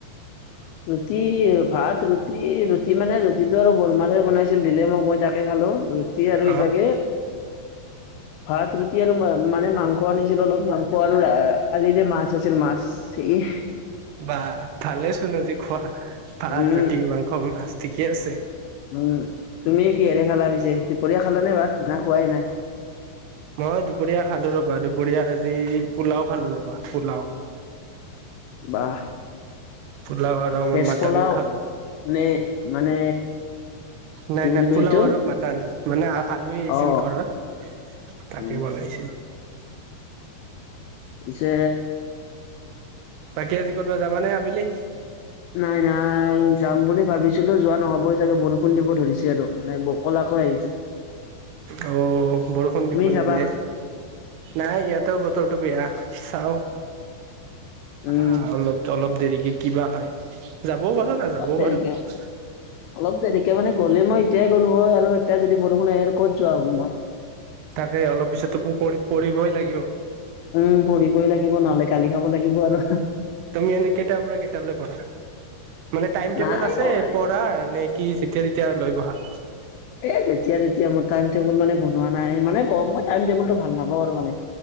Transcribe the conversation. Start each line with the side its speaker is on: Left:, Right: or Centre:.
Right: <inaudible>
Left: ৰুটি, ভাত, ৰুটি-ৰুটি মানে ৰুটিটো আৰু বৰমাহে বনাইছিল, দিলে মোক মই তাকে খালো। ৰুট টি আৰু এইভাগে
Right: অ
Left: ভাত। ৰুটি আৰু মানে মাংস আনিছিল অলপ, মাংস আৰু কালি যে মাছ আছিল, মাছ এ
Right: বাহ, ভালেচোন আজি খোৱা
Left: উম
Right: ভাত, ৰুটি, মাংস, মাছ ঠিকে আছে।
Left: উম, তুমি কিহেৰে খালা পিছে? দুপৰীয়া খালা নে ভাত, না খোৱাই নাই?
Right: মই দুপৰীয়া খালো, ৰবা দুপৰীয়া আজি পোলাও খালো ৰবা, পোলাও।
Left: বাহ।
Right: পোলাও আৰু
Left: ভেজ
Right: মই মটন
Left: পোলাও
Right: খালো।
Left: নে মানে
Right: নাই
Left: কি
Right: নাই,
Left: বুলি কয়
Right: পোলাও
Left: এইটো
Right: আৰু মটন মানে আলহী আহিছিল
Left: অ
Right: ঘৰৰ। তাকে
Left: উম
Right: বনাইছিল।
Left: পিছে
Right: বাকী আজি, ক'ত বা যাবা নে আবেলি?
Left: নাই-নাই, যাম বুলি ভাবিছিলো, যোৱা নহ'বই চাগে বৰষুণ দিব ধৰিছে আৰু মানে ব কলাকৈ আহিছে।
Right: অহ, বৰষুণ
Left: তুমি
Right: দিব‌ নেকি
Left: যাবা
Right: এই? নাই ইয়াতে বতৰ বেয়া চাওঁ
Left: উম
Right: আহ অলপ ত অলপ দেৰিকে কি বা হয় যাবও পাৰো নাযাবও
Left: অলপ দেৰিকে
Right: পাৰো
Left: মানে
Right: <inaudible>
Left: অলপ দেৰিকে মানে গলে মই এতিয়াই গ'লো হয় আৰু এতিয়া যদি বৰষুণ আহে আৰু ক'ত যোৱা হ'ব মই
Right: তাকে অলপ পিছতো মোৰ পঢ় পঢ়িবই লাগিব
Left: উম পঢ়িবই লাগিব নহলে গালি খাব লাগিব আৰু
Right: তুমি এনে কেইটাৰ পৰা কেইটালৈ পঢ়া মানে টাইম টেবল
Left: নাই
Right: আছে
Left: মই
Right: পঢ়াৰ নে কি যেতিয়া তেতিয়া লৈ বহা
Left: এ যেতিয়া তেতিয়া মোৰ টাইম টেবুল মানে বনোৱা নাই এ মানে কম মই টাইম টেবুল টো ভাল নাপাওঁ আৰু মানে